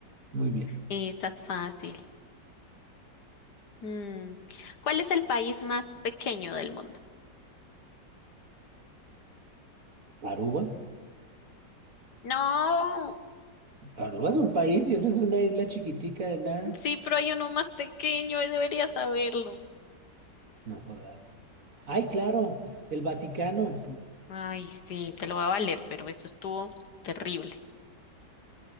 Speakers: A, on the right; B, on the left.
A: muy bien.
B: Esta es fácil. Mm, ¿Cuál es el país más pequeño del mundo?
A: ¿Aruba?
B: No,
A: Aruba es un país y eso es una isla chiquitica de nada.
B: sí, pero hay uno más pequeño y deberías saberlo.
A: No jodas. Ay, claro, el Vaticano.
B: Ay, sí, te lo va a valer, pero eso estuvo terrible.